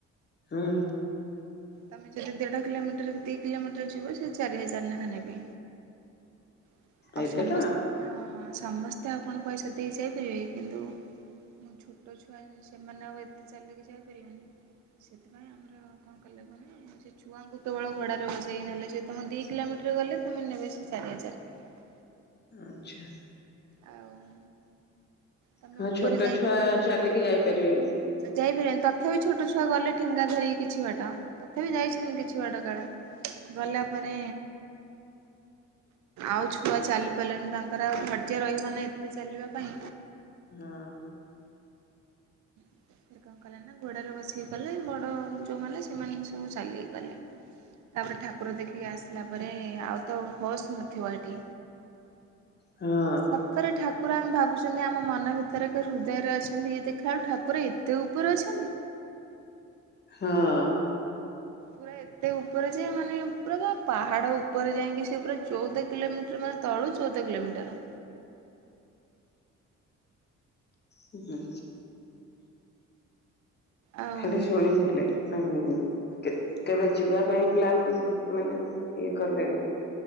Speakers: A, on the left (about 35°); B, on the right (about 70°).
A: ହଁ
B: ତମେ ଯଦି ଦେଢ କିଲୋମିଟର କି ଦି କିଲୋମିଟର ଯିବ ସେ ଚାରି ହଜାର ଲେଖା ନେବେ। ଆଉ
A: ଏତେ
B: ସମସ୍ତ
A: ଟଙ୍କା?
B: ହଁ। <inaudible>
A: ଆଚ୍ଛା
B: ଆଉ ତମେ
A: ହଁ
B: ଉପରେ
A: ଛୋଟ ଛୁଆ ଚାଲିକି ଯାଇପାରିବେନି।
B: ଯାଇ ଫ ତଥାପି ଛୋଟ ଛୁଆ ଗଲେ ଠେଙ୍ଗା ଧରିି କିଛି ବାଟ ତଥାପି ଯାଇଛନ୍ତି କିଛି ବାଟ କାଳେ ଗଲା ପରେ ଆଉ ଛୁଆ ଚାଲି ପାରିଲନି ତାଙ୍କର ଆଉ ଧୈର୍ଯ୍ୟ ରହିବ ନା ଏତେ ଚାଲିବା ପାଇଁ।
A: ହଁ
B: ସେ କଣ କଲେ ନା ଘୋଡାରେ ବସିକି ଗଲେ ବଡ ଯୋଉମାନୋନ ସେମାନେ ସବୁ ଚାଲି ହେଇଗଲେ ତାପରେ ଠାକୁର ଦେଖିକି ଆସିଲା ପରେ ଆଉ ତ ହସ୍ ନଥିବ ଏଠି
A: ହଁ
B: ସତରେ ଠାକୁ ପୁରା ଆମେ ଭାବୁଛନ୍ତି ଆମ ମନ ଭିତରେ ଏକ ହୃଦୟରେ ଅଛି। ଏମତି ଦେଖା ବେଳୁ ଠାକୁର ଏତେ ଉପରେ ଅଛନ୍ତି।
A: ହଁ
B: ପୁରା ଏତେ ଉପରେ ଯେ ମାନେ ପୁରା ଯେ ପାହାଡ ଉପରେ ଯାଇଁକି ସେ ପୁରା ଚଉଦ କିଲୋମିଟର ମାତ ତଳୁ ଚଉଦ କିିଲମିଟର
A: ହୁଁ ହୁଁ।
B: ଆଉ
A: ଖାଲି ଶୁଣିଥିଲେ ଆଗୁରୁ କେ କେବେ ଯିବା ପାଇଁ ପ୍ଲାନ୍ ମାନେ ଇଏ କଲେଣି